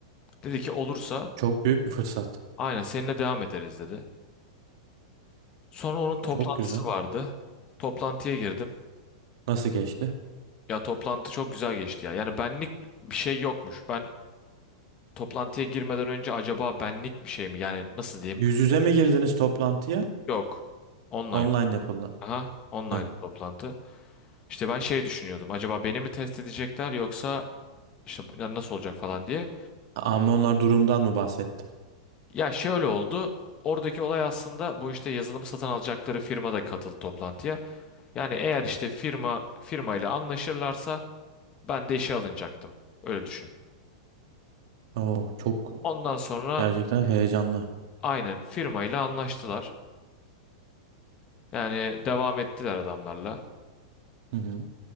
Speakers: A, on the left; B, on the right.
A: Dedi ki olursa
B: Çok büyük bir fırsat.
A: aynen seninle devam ederiz dedi. Sonra onun toplantısı
B: Çok güzel.
A: vardı. Toplantıya girdim.
B: Nasıl geçti?
A: Ya toplantı çok güzel geçti ya. Yani benlik bir şey yokmuş. Ben Toplantıya girmeden önce acaba benlik bir şey mi? Yani nasıl diyeyim?
B: Yüz yüze mi girdiniz toplantıya?
A: Yok. Online.
B: Online yapıldı.
A: Aha, online
B: Evet.
A: toplantı. İşte ben şey düşünüyordum. Acaba beni mi test edecekler yoksa işte bu- yani nasıl olacak falan diye.
B: Ama onlar durumdan mı bahsetti?
A: Ya şöyle oldu. Oradaki olay aslında bu işte yazılımı satın alacakları firma da katıldı toplantıya. Yani eğer işte firma firmayla anlaşırlarsa ben de işe alınacaktım. Öyle düşün.
B: Oo, çok
A: Ondan sonra
B: gerçekten heyecanlı.
A: aynen firmayla anlaştılar. Yani devam ettiler adamlarla.
B: Hı hı.